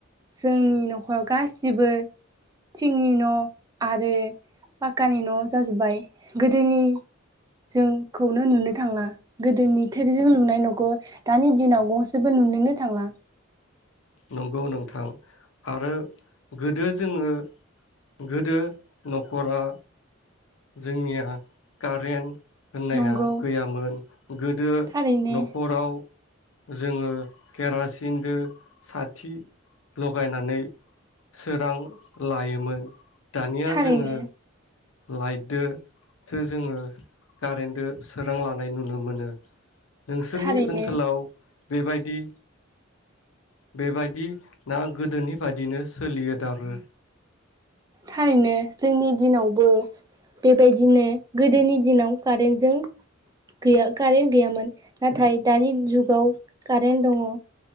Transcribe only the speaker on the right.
जोंनि न'ख <unintelligible> गासिबो थिंनि न' आरो पाक्कानि न' जाजोब्बाय गोदोनि जोंखौनो नुनो थांला गोदोनि थोरिजों लुनाय न'खौ दानि दिनाव गंसेबो नुनोनो थांला
नंगौ
थारैनो
थारैनो
थारैनो
थारैनो जोंनि दिनावबो बेबायदिनो गोदोनि दिनाव कारेन्टजों गैया कारेन्ट गैयामोन नाथाय दानि जुगाव कारेन्ट दङ